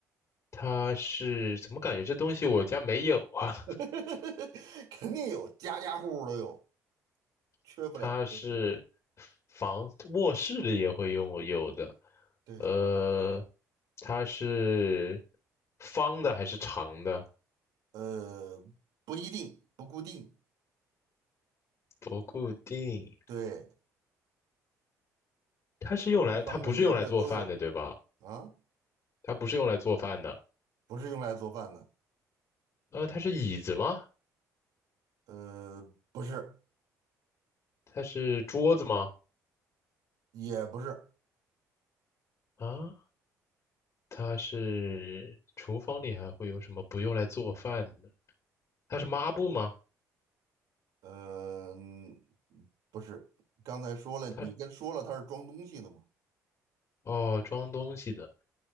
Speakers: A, on the left (about 45°); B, on the right (about 75°).
A: 它是，怎么感觉这东西我家没有啊？
B: <laughs> 肯定有，家家户户都有，
A: <laughs>
B: 缺不了这个东西。
A: 它是房，卧室里也会用有的。
B: 对，
A: 呃，它是方的还是长的？
B: 呃，不一定，不固定，
A: 不固定。
B: 对，
A: 它是用来，
B: 长的、方的、
A: 它不是用来做饭的，
B: 圆的都有
A: 对吧？
B: 啊，
A: 它不是用来做饭的。
B: 不是用来做饭的，
A: 呃，它是椅子吗？
B: 呃，不是，
A: 它是桌子吗？
B: 也不是，
A: 啊，它是厨房里还会有什么不用来做饭？它是抹布吗？
B: 嗯、不是。刚才说了，
A: 它
B: 你跟说了它是装东西的嘛？
A: 哦，装东西的。